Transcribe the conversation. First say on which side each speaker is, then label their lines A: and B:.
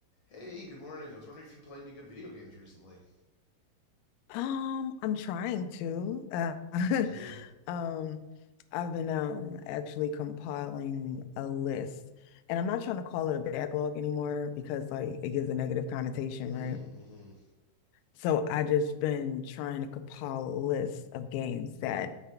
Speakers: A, on the left; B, on the left.
A: Hey, good morning. I was wondering if you played any good video games recently.
B: Um, I'm trying to. Uh, <laughs>
A: <laughs>
B: um, I've been um actually compiling a list, and I'm not trying to call it a backlog anymore because like it gives a negative connotation,
A: mm-hmm.
B: right? So I just been trying to compile a list of games that